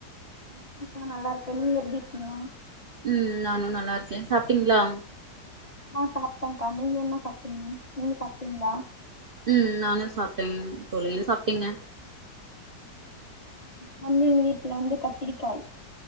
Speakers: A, on the left; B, on the right.
A: வணக்கம் நா நல்லாருக்கே நீங்க எப்டி இருக்கீங்க
B: உம் நானு நல்லா இருக்கே சாப்ட்டீங்களா
A: ஆஹ் சாப்ட்டங்க்கா நீங்க என்ன சாப்ட்டீங்க நீங்க சாப்ட்டீங்ளா
B: உம் நானும் சாப்ட்டேன் தோழி என்ன சாப்ட்டீங்க
A: தம்பிங்க வீட்டுல வந்து கத்திரிக்காய்